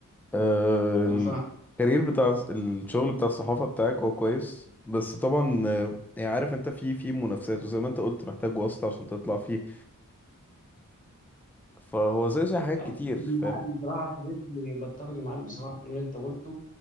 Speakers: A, in the centre; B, on the left.
A: آه
B: انا فاهم
A: الكارير بتاع الشغل بتاع الصحافة بتاعك هو كويس بس طبعا آه، يعني عارف انت في في منافسات وزي ما انت قلت محتاج واسطة عشان تطلع فيه فهو زي زي حاجات
B: أنا
A: كتير
B: بتفق
A: فاهم
B: معاك بصراحة يا صديقي بتفق معاك بصراحة في كل اللي أنت قلته